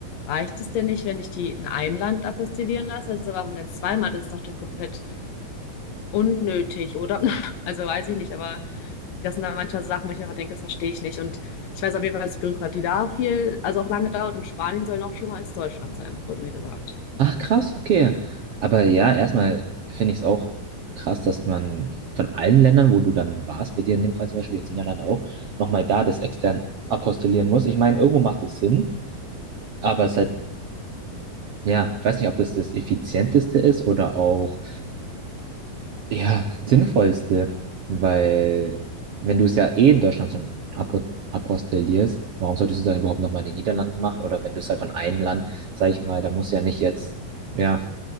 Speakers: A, on the left (about 70°); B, on the right (about 60°).
A: reicht es denn nicht, wenn ich die in einem Land apostillieren lasse? Also warum denn zweimal? Das ist doch doch komplett unnötig, oder? <laughs> Also weiß ich nicht, aber das sind dann manchmal so Sachen, wo ich einfach denke, das verstehe ich nicht. Und ich weiß auf jeden Fall, dass die Bürokratie da viel, also auch lange dauert und Spanien soll noch schlimmer als Deutschland sein, wurde mir gesagt.
B: Ach, krass, okay. Aber ja, erstmal finde ich es auch krass, dass man von allen Ländern, wo du dann warst, bei dir in dem Fall zum Beispiel, jetzt Niederlande auch, nochmal da das extern apostillieren muss. Ich meine, irgendwo macht es Sinn, aber es ist halt, ja, ich weiß nicht, ob das das Effizienteste ist oder auch. Ja, sinnvollste, weil wenn du es ja eh in Deutschland schon apo- apostillierst, warum solltest du es dann überhaupt nochmal in den Niederlanden machen? Oder wenn du es halt von einem Land, sag ich mal, da musst du ja nicht jetzt, ja,